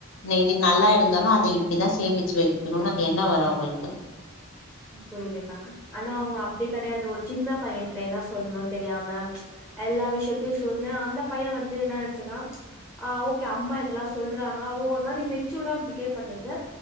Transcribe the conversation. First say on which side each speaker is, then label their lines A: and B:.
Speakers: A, on the left; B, in the centre.
A: இன்னிக்கு நல்லா இருந்தாலும் அத இப்டி தான் சேமிச்சு வைக்கணும்னு அது என்ன வரும் அவங்களுக்கு
B: புரியுதுக்கா ஆனா அவுங்க அப்டி கிடையாது ஒரு சின்ன பையன்ட்ட என்ன சொல்ணும்னு தெரியாம எல்லா விஷயத்தையும் சொன்னேன் அந்த பையன் வந்து என்ன நினைச்சுருக்கான் ஆ‌ ஓகே அம்மா இதெல்லாம் சொல்றாங்க அவன் ஒரு மாரி மெச்சூடா பிகேவ் பண்ணுது